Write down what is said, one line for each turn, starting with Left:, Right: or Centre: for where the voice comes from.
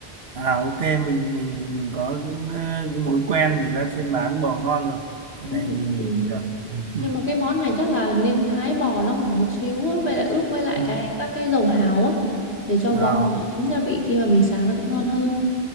Right: à ok mình mình thì mình có cái, cái mối quen người ta chuyên bán bò ngon rồi cái
Left: Ừ.
Right: này thì mình
Left: Ừ.
Right: được Ừm,
Left: nhưng mà cái món này chắc là nên thái bò nó mỏng một xíu á, vậy là ướp với lại
Right: ừm.
Left: cái các cái dầu hào á để cho
Right: à
Left: bò nó thấm gia vị khi mà mình xào nó sẽ ngon hơn.